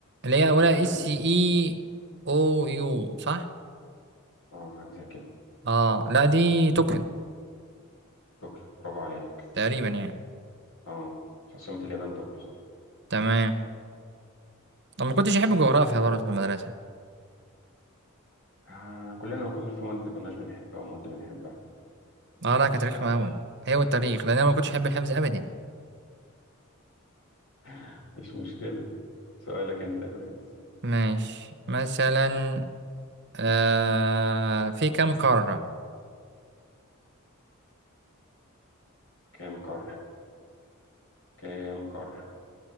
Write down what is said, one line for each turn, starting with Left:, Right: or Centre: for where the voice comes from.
Right: اللي هي ولا
Left: ولا
Right: اس
Left: بك
Right: اي او يو صح
Left: اه حاجة زي كده
Right: اه لا دي طوكيو
Left: طوكيو برافو عليك
Right: تقريبا يعني
Left: اه عاصمة اليابان طوكيو صح
Right: تمام انا ما كنتش احب الجغرافيا برضه في المدرسه
Left: آه كلنا ما كنا في مواد كناش بنحبها ومواد بنحبها
Right: اه لا كانت
Left: بس
Right: رخمه
Left: عادي
Right: قوي هي والتاريخ لان انا ما كنتش احب الحفظ ابدا
Left: <laughs> مش مشكلة سؤالك انت يا برنس
Right: ماشي مثلا آه في كام قاره
Left: كام قارة كام قارة